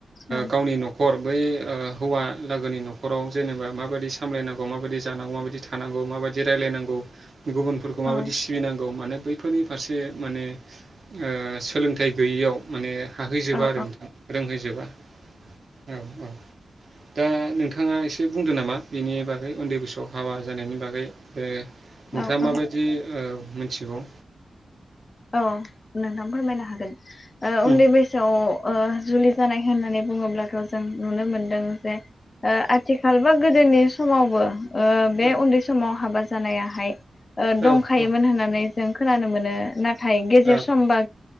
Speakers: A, on the left (about 35°); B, on the right (about 45°).
A: औ
B: गावनि न'खर बै ओ हौवा लोगोनि नखराव जेनेबा माबायदि सामलायनांगौ माबायदि जानांगौ माबायदि थानांगौ माबा बायदि रायलायनांगौ गुबुनफोरखौ माबादि
A: औ
B: सिबिनांगौ माने बैफोरनि फारसे माने ओ सोलोंथाइ गैयैयाव माने हाहैजोबा
A: औ
B: आरो नोंथां रोंहैजोबा औ औ दा नोंथाङा एसे बुंदों नामा बिनि बागै उन्दै बैसोआव हाबा जानायनि बागै ओ
A: औ
B: नोंथाङा माबायदि
A: औ
B: ओ मिथिगौ?
A: औ नोंथां फोरमायनो हागोन ओ
B: उम
A: उन्दै बैसोआव ओ जुलि जानाय होननानै बुङोब्लाथ जों नुनो मोनदों जे ओ आथिखाल बा गोदोनि समावबो ओ बे
B: औ
A: उन्दै समाव हाबा जानायाहाय ओ
B: औ
A: दंखायोमोन होननानै जों खोनानो मोनो नाथाय गेजर
B: औ
A: सम बा